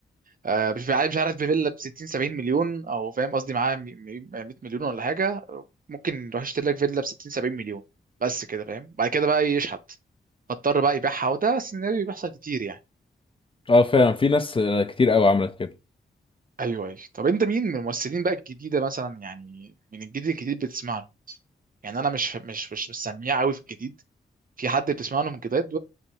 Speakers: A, on the right (about 45°); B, on the left (about 25°).
A: آه، مش عارف مش عارف بفيلا ب 60 70 مليون او فاهم قصدي معاه م- م- 100 مليون ولا حاجه ممكن يروح يشتري لك فيلا ب 60 70 مليون بس كده فاهم بعد كده بقى يشحت فاضطر بقى يبيعها وده سيناريو بيحصل كتير يعني
B: اه فعلا في ناس آه، كتير قوي عملت كده
A: ايوه ايوه طب انت مين من الممثلين بقى الجديده مثلا يعني من الجديد الجديد بتسمع له يعني انا مش مش مش مش سميع قوي في الجديد في حد بتسمع له من الجداد